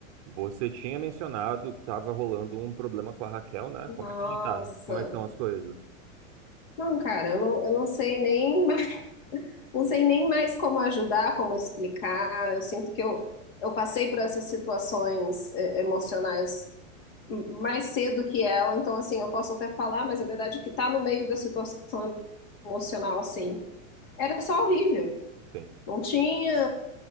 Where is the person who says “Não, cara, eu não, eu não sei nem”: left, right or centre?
Left